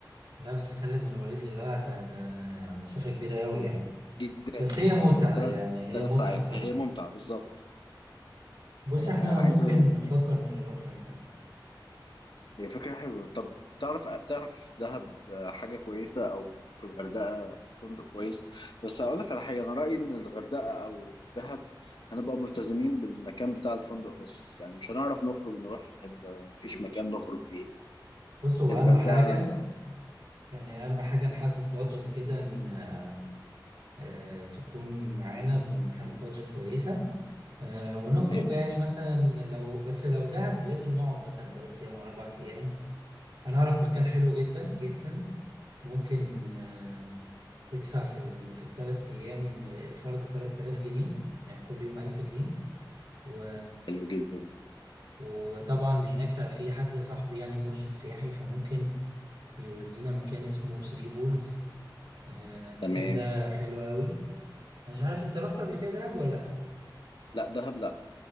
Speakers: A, on the right; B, on the left.
A: لا بس خالد من الوليد للقلعة ده ده مسافة كبيرة أوي يعني
B: جدا
A: بس هي متعة
B: اخدنا ثلاث
A: يعني هي
B: ثلاث
A: متعة
B: ساعات
A: الصراحة
B: هي ممتعه بالظبط
A: بص
B: آه
A: احنا
B: عايز
A: ممكن نفكر نروح يعني
B: هي فكرة حلوة طب تعرف تعرف دهب حاجة كويسة أو في الغردقة فندق كويس بس هقول لك على حاجة أنا رأيي إن الغردقة أو دهب هنبقى ملتزمين بالمكان بتاع الفندق بس يعني مش هنعرف نخرج نروح في حتة مفيش مكان نخرج فيه
A: بص هو
B: الغردقة
A: اهم حاجة يعني اهم حاجة نحدد بادجت كده ان آه، آه، تكون معانا بنحدد بادجت كويسة آه، ونخرج
B: تمام
A: يعني مثلا لو بس لو دهب لازم نقعد مثلا تلات ايام ولا اربع ايام انا اعرف مكان حلو جدا جدا ممكن آه، تدفع في ال... في الثلاث ايام الفرد 3000 جنيه يعني كل يوم 1000 جنيه و
B: حلو جدا
A: وطبعا هناك في حد صاحبي يعني مرشد سياحي فممكن يودينا مكان اسمه ثري بولز آه، المكان
B: تمام
A: ده حلو قوي انا مش عارف انت رحت قبل كده دهب ولا لا
B: لا دهب لا